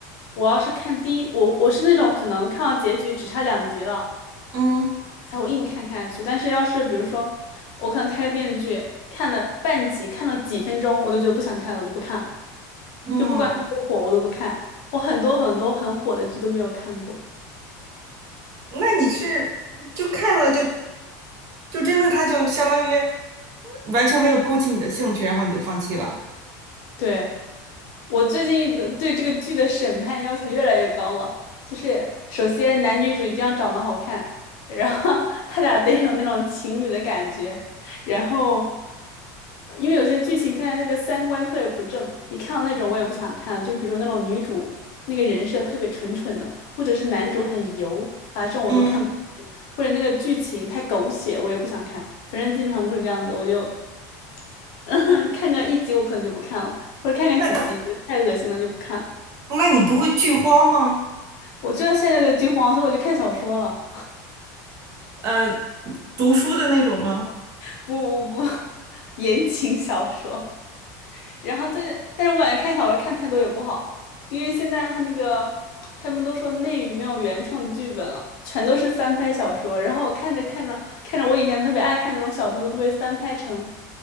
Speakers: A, on the left; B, on the right.
A: 我要是看第一，我我是那种可能看到结局只差两集了，
B: <laughs> 嗯，
A: 才会硬看看下去。但是要是比如说我可能开个电视剧，看了半集，看了几分钟，我就觉得不想看了，我就不看了。
B: 嗯，
A: 就不管它多火，我都不看。我很多很多很火的剧都没有看过。
B: 那你是就看了就就真的它就相当于完全没有勾起你的兴趣，然后你就放弃了。
A: 对，我最近的对这个剧的审判要求越来越高了，就是首先男女主一定要长得好看，然后 <laughs> 他俩得有那种情侣的感觉，然后。因为有些剧情现在那个三观特别不正，一看到那种我也不想看了。就比如说那种女主那个人设特别蠢蠢的，或者是男主很油啊，这种我都看不下去，
B: 嗯，
A: 或者那个剧情太狗血，我也不想看。反正基本上都是这样子，我就 <laughs> 看个一集我可能就不看了，或者看个几集觉得太恶心了就不看了。
B: 那。那你不会剧荒吗？
A: 我就在现在的剧荒，所以我就看小说了，
B: 呃，读书的那种吗？
A: <laughs> 不不不，<laughs> 言情小说。然后最近，但是我感觉看小说看太多也不好，因为现在他那个他们都说内娱没有原创剧本了，全都是翻拍小说。然后我看着看着看着，我以前特别爱看那种小说都被翻拍成